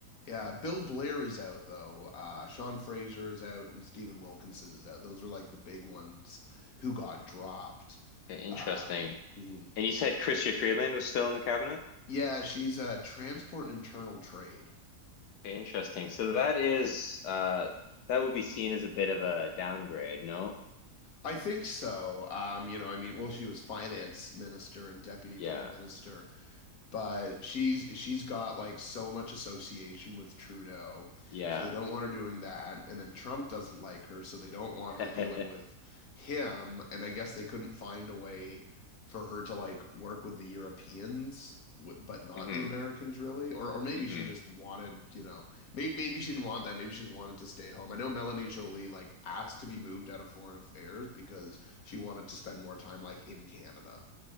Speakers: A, on the left; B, on the left.
A: Yeah, Bill Blair is out though. Uh, Sean Fraser is out, and Stephen Wilkinson is out. Those are like the big ones who got dropped.
B: Okay, interesting.
A: Um, mhm.
B: And you said Chrystia Freeland was still in the cabinet?
A: Yeah, she's uh, transport and internal trade.
B: Okay, interesting. So that is uh, that would be seen as a bit of a downgrade, no?
A: I think so. Um, you know, I mean, well, she was finance minister and deputy
B: Yeah.
A: prime minister. But she's she's got like so much association with Trudeau,
B: Yeah.
A: so they don't want her doing that. And then Trump doesn't like her, so they don't want
B: <laughs>
A: her dealing with him. And I guess they couldn't find a way for her to like work with the Europeans, w- but not
B: hmm
A: the Americans really. Or or maybe
B: hmm
A: she just wanted, you know, maybe maybe she didn't want that. Maybe she just wanted to stay home. I know Melanie Jolie like asked to be moved out of foreign affairs because she wanted to spend more time like in Canada.